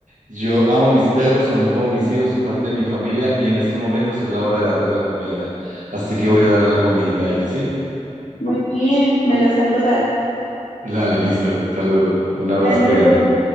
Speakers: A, on the right (about 85°); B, on the left (about 80°).
A: Yo amo mis perros, son como mis hijos, son parte de mi familia y en estos momentos es la hora de darles la comida. Así que voy a ir a darle la comidita a ellos, ¿sí?
B: muy bien, me lo saludas.
A: Dale, listo. Saludo. Un abrazo,
B: Hasta luego.
A: cuídate.